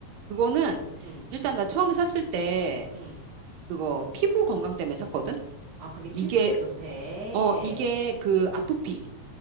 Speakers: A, on the right; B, on the right.
A: 그거는
B: 응,
A: 일단 나 처음에 샀을 때
B: 응.
A: 그거 피부 건강 때문에 샀거든.
B: 아, 그게 피부에도
A: 이게
B: 좋대.
A: 어 이게 그 아토피